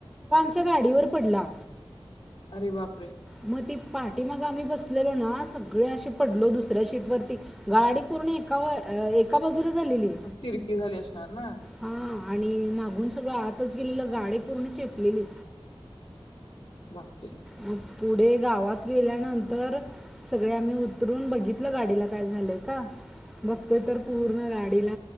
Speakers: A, in the centre; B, on the left (about 90°).
A: च्या गाडीवर पडला.
B: अरे बापरे.
A: मग ती पाठीमागं आम्ही बसलेलो ना सगळे असे पडलो दुसऱ्या शीट वरती गाडी पूर्ण एका व अ एका बाजूला झालेली
B: तिरकी झाली असणार ना?
A: हां आणि मागून सगळं आतच गेलेलं गाडी पूर्ण चेपलेली.
B: बापरे.
A: मग पुढे गावात गेल्यानंतर सगळे आम्ही उतरून बघितलं गाडीला काय झालंय का? बघतोय तर पूर्ण गाडीला